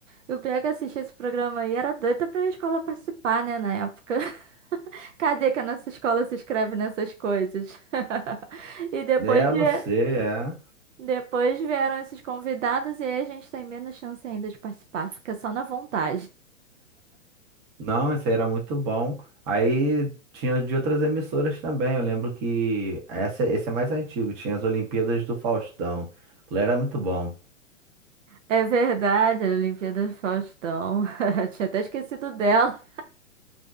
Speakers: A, on the right (about 70°); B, on the right (about 25°).
A: E o pior é que eu esse programa aí, era doida pra minha escola participar, né, na época. Cadê que a nossa escola se inscreve nessas coisas? <laughs> E depois,
B: É, eu
A: vie-
B: não sei, é.
A: depois vieram esses convidados e aí a gente tem menos chance ainda de participar, fica só na vontade.
B: Não, esse aí era muito bom. Aí tinha de outras emissoras também. Eu lembro que essa, esse é mais antigo. Tinha as Olimpíadas do Faustão. Aquilo era muito bom.
A: É verdade, a Olimpíada do Faustão. <laughs> Tinha até esquecido dela.